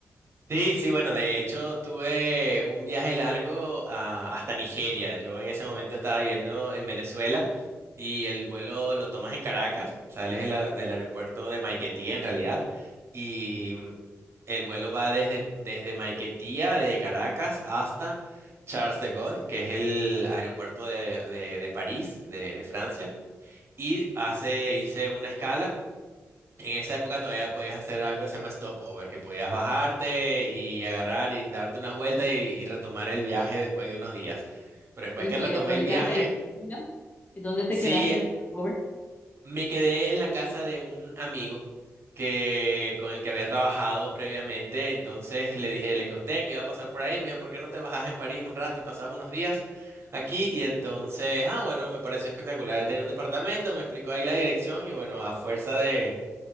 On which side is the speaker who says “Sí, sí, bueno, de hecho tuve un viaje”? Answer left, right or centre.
Right